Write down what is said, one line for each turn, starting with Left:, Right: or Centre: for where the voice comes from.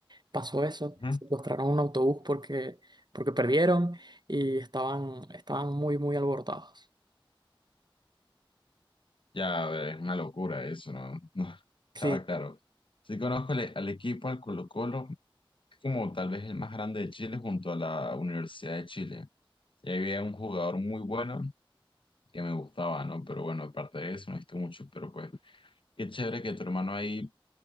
Right: pasó eso,
Left: ujú.
Right: secuestraron un autobús porque, porque perdieron y estaban, estaban muy, muy alborotados.
Left: Ya, a ver, es una locura eso, ¿no? <laughs> No,
Right: Sí,
Left: estaba claro. Sí conozco al, e, al equipo, al Colo-Colo, que es como tal vez el más grande de Chile junto a la Universidad de Chile. Y ahí había un jugador muy bueno que me gustaba, ¿no? Pero bueno, aparte de eso, no he visto mucho, pero pues, qué chévere que tu hermano ahí